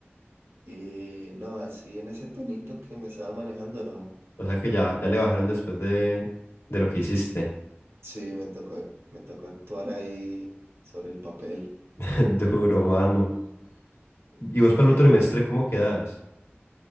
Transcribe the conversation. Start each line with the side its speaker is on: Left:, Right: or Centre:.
Right: Y no, así en ese tonito que me estaba manejando, no.
Left: O sea que ya, ya le bajaron después de, de lo que hiciste.
Right: Sí, me tocó, ac- me tocó actuar ahí sobre el papel.
Left: <laughs> Duro, mano. ¿Y vos para
Right: Acá,
Left: el otro semestre cómo quedas?